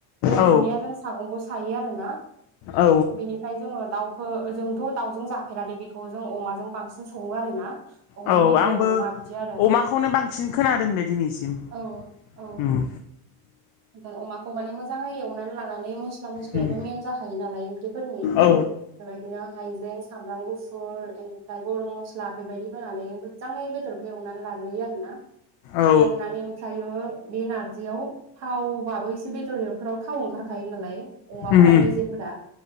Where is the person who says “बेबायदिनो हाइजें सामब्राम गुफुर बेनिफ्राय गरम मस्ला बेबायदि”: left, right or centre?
Right